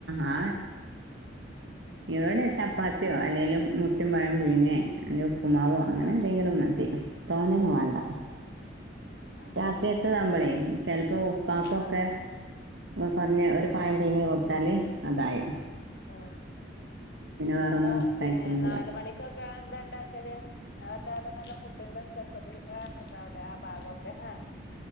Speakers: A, on the right; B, on the left.
A: ആ ഇവിടെ ചപ്പാത്തിയോ
B: കഞ്ഞി
A: അല്ലെലും മുട്ടും പഴവും പിഴ്ങ്ങേ അലപ് <unintelligible> പ്മാവോ അങ്ങനെ
B: ആ
A: എന്തെങ്കിലും മതി തോനന്നും വേണ്ട
B: ആ
A: രാത്രി എത്ത്താപളേ ചിലപ്പോ ഉപ്പാക്കൊക്കെ
B: ആ അതന്നെ
A: കുറഞ്ഞ ഒരു
B: ഉം
A: പഴം
B: ഉം
A: പീങ്ങി കൊടുത്താല് അതായി
B: ആ
A: വേറൊന്നും
B: ങ്ങള്
A: കഴിക്കൊന്നുമില്ല
B: പിന്നെ നാല് മണിക്കൊക്കെ എന്താ ഉണ്ടാക്കല് ആവിട്ടന്നല്ല ഫുഡിന്റെ സ്പെഷ്യല് ആണല്ലോ അവിടെ ആ ഭാഗമൊക്കെ ആ